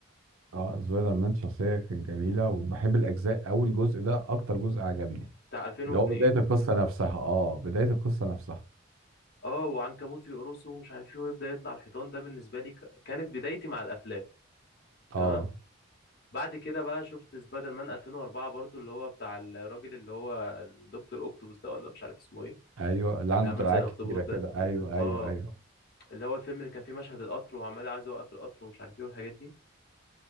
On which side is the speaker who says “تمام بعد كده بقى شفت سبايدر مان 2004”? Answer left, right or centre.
Left